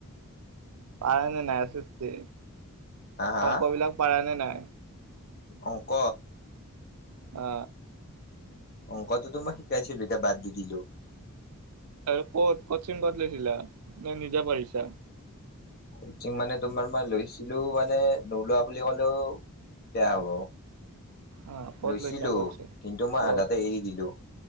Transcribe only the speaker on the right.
পাৰা নে নাই এচ এচ টি
অংক বিলাক পাৰা নে নাই
অ
আৰু ক'ত কোচিং কত লৈছিলা নে নিজে পঢ়িছা
অ ক'ত
লৈছা কচিং
ক'ত